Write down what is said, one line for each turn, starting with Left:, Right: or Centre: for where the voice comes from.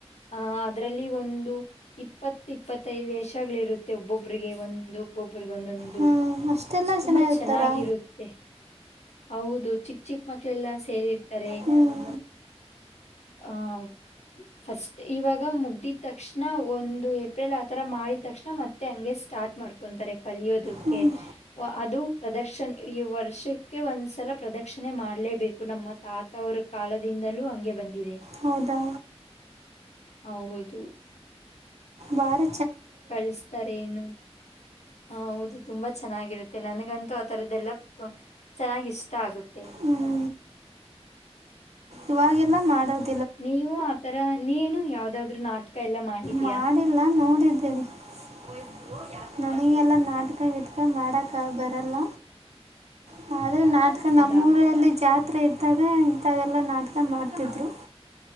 Left: ಆ ಅದ್ರಲ್ಲಿ ಒಂದು ಇಪ್ಪತ್ತು ಇಪ್ಪತ್ತೈದು ವೇಷಗಳಿ ಇರುತ್ತೆ ಒಬ್ಬೊಬ್ರಿಗೆ ಒಂದು ಒಬ್ಬೊಬ್ರಿಗೆ ಒಂದೊಂದು
Right: ಹ್ಞೂ ಅಷ್ಟೆಲ್ಲ
Left: ತುಂಬಾ
Right: ಜನ ಇರ್ತಾರಾ
Left: ಚೆನ್ನಾಗಿರುತ್ತೆ ಹೌದು ಚಿಕ್ ಚಿಕ್ ಮಕ್ಳೆಲ್ಲ ಸೇರಿರ್ತಾರೆ
Right: ಹ್ಞೂ
Left: ಆಹ ಫಸ್ಟ್ ಇವಾಗ ಮುಗ್ದಿದ ತಕ್ಷಣ ಒಂದು ಏಪ್ರಿಲ್ ಆತರ ಮಾಡಿದ ತಕ್ಷಣ ಮತ್ತೆ ಹಂಗೆ ಸ್ಟಾರ್ಟ್ ಮಾಡ್ಕೊಂತಾರೆ ಕಲಿಯೋದಕ್ಕೆ
Right: ಹ್ಞೂ
Left: ಅದು ಪ್ರದಕ್ಷಿಣೆ ಈ ವರ್ಷಕ್ಕೆ ಒಂದ್ಸಲ ಪ್ರದಕ್ಷಿಣೆ ಮಾಡ್ಲೇಬೇಕು ನಮ್ಮ ತಾತ ಅವ್ರ ಕಾಲದಿಂದಲೂ ಹಂಗೆ ಬಂದಿದೆ
Right: ಹೌದಾ
Left: ಹೌದು
Right: ಬಾರ
Left: ಕಳಿಸತಾರೆ ಏನ್ನು ಹ ಹೌದು ತುಂಬಾ ಚೆನ್ನಾಗಿರುತ್ತೆ ನನ್ಗಂತೂ ಆ ತರದ್ದೆಲ್ಲ ಚೆನ್ನಾಗಿ ಇಷ್ಟ ಆಗುತ್ತೆ
Right: ಹ್ಞೂ ಇವಾಗೆಲ್ಲ ಮಾಡೋದು
Left: ನೀವು ಆತರ ನೀನು ಯಾವುದಾದ್ರೂ ನಾಟಕ ಎಲ್ಲ ಮಾಡಿದೀಯಾ
Right: ಮಾಡಿಲ್ಲ ನೋಡಿದ್ದು ಸರಿ ನನಗೆ ಎಲ್ಲ ನಾಟಕ ಇತ್ತು ಮಾಡಕ ಬರಲ್ಲ ಹ್ಮ ಅದೇ ನಾಟಕ ನಮ್ಮೂಊರಲ್ಲಿ
Left: ಹೌದಾ
Right: ಜಾತಿ ಹತ್ರ ಇದ್ದಾಗ ಇಂಥದೆಲ್ಲ ನಾಟಕ ಮಾಡ್ತಿದ್ರು